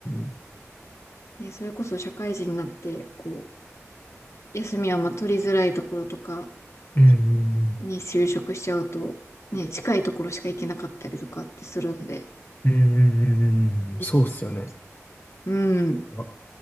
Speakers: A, on the left; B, on the left.
A: ん
B: ね、それこそ社会人になって、こう、休みはまあ取りづらいところとか
A: うん。うん
B: に就職しちゃうと、ね、近いところしか行けなかったりとかってするんで、
A: うんうんうんうんうん。
B: うん、
A: そうっすよね。
B: うん
A: あ、